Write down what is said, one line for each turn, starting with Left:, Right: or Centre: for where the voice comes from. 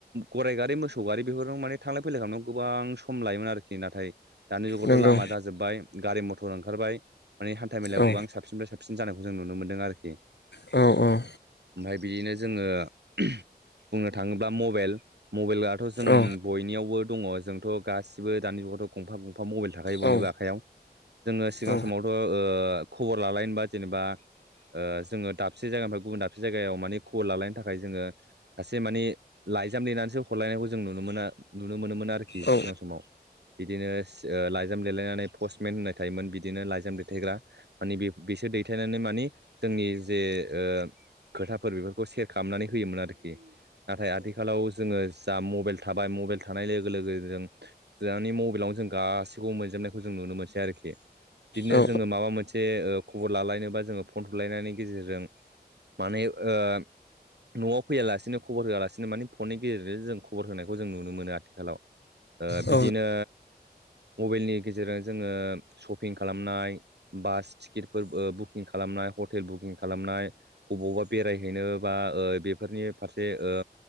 Right: गराइगारि मोसौ गारि बेफोरजों माने थांलाय फैलाय खालामनायाव गोबां सम लायोमोन आरोखि नाथाय दानि जुगावथ'
Left: नंगौ
Right: लामा जाजोबबाय गारि मथर ओंखारबाय। माने हान्था मेलायाव
Left: औ
Right: गोबां साबसिननिफ्राय साबसिन जानायखौ जों नुनो मोन्दों आरोखि।
Left: औ औ
Right: ओमफाय बिदिनो जोङो बुंनो थाङोब्ला मबेल मबेलाथ' जों
Left: औ
Right: बयनियावबो दङ जोंथ' गासिबो दानि जुगावथ' गंफा-गंफा मबेल थाखायो बयनिबो
Left: औ
Right: आ खायाव जोङो सिगां
Left: औ
Right: समावथ' ओ खबर लालायनोबा जेनेबा ओ जोङो दाब से जायानिफ्राय गुबुन दाबसे जायगायाव मानि खबर लालायनो थाखाय जोङो। सासे मानि लाइजाम लिरनानैसो हरलायनायखौ जों नुनो मोना नुनो मोनोमोन आरोखि
Left: औ
Right: सिगां समाव। बिदिनोस लाइजाम लिरेलायनानै पस्टमेन होननाय थायोमोन बिदिनो लाइजाम दैथायग्रा। मानि बे-बेसोर दैथायनानै मानि जोंनि जे ओ खोथाफोर बेफोरखौ सेयार खालामनानै होयोमोन आरोखि। नाथाय आथिखालाव जोङो जा मबेल थाबाय मबेल थानाय लोगो-लोगो जों जोहानि मबेलावनो जों गासैखौबो मोनजोबनायखौ जों नुनो मोनसै आरोखि। बिदिनो
Left: औ
Right: जोङो माबा मोनसे खबर लालायनोबा जोङो फन थुलायनायनि गेजेरजों माने ओ न'आव फैयालासिनो खबर होआलासिनो मानिे फननि गेजेरजों जों खबर होनायखौ जों नुनो मोनो आथिखालाव ओ
Left: नंगौ औ
Right: बिदिनो मबाइलनि गेजेरजों जोङो शपिं खालामनाय बास टिकेटफोर बुकिं खालामनाय हटेल बुकिं खालामनाय बबावबा बेरायहैनो बा ओ बेफोरनि फारसे ओ